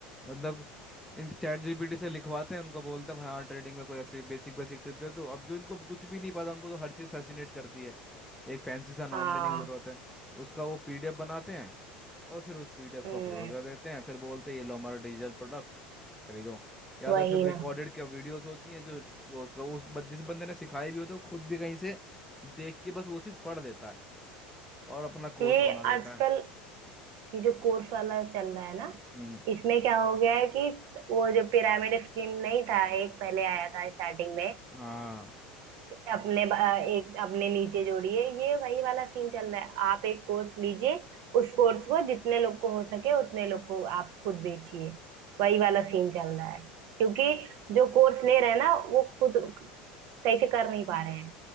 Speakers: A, in the centre; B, on the right.
A: मतलब चैट जीपीटी से लिखवाते हैं उनको बोलते हैं भाई हाँ ट्रेडिंग में कोई ऐसी बेसिक बेसिक टिप दे तो अब जो इनको कुछ भी नहीं पता उनको तो हर चीज़ फैसिनेट करती है एक फैंसी सा नाम
B: हाँ
A: देने की ज़रूरत है उसका वो पीडीएफ बनाते हैं और फिर उस पीडीएफ
B: हम्म
A: को अपलोड कर देते हैं फिर बोलते हैं ये लो हमारा डिजिटल प्रोडक्ट खरीदो या
B: वही
A: तो फिर रिकॉर्डेड
B: ना
A: क्या वीडियोस होती हैं जो वो क- उस बन- जिस बंदे ने सिखाई भी होती है वो खुद भी कहीं से देख के बस वो चीज़ पढ़ देता है और अपना कोर्स
B: ये
A: बना देता
B: आजकल
A: है
B: ये जो कोर्स वाला चल रहा है ना
A: हम्म
B: इसमें क्या हो गया है कि वो जो पिरामिड स्कीम नहीं था एक पहले आया था स्टार्टिंग में
A: हाँ
B: अपने ब- एक अपने नीचे जोड़िए ये वही वाला सीन चल रहा है आप एक कोर्स लीजिए उस कोर्स को जितने लोग को हो सके उतने लोग को आप खुद बेचिए वही वाला सीन चल रहा है क्योंकि जो कोर्स ले रहे हैं ना वो खुद सही से कर नहीं पा रहे हैं